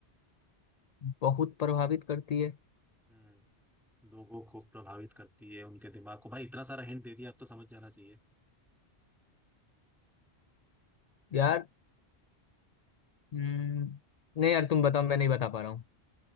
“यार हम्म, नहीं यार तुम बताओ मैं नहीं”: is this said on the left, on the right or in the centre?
Left